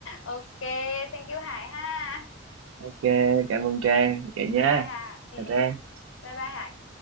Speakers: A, on the left; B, on the right.
A: ok thank you Hải ha
B: ok cảm ơn
A: ok
B: Trang vậy nha
A: bye bye Hà ừ,
B: chào Trang
A: bye bye Hải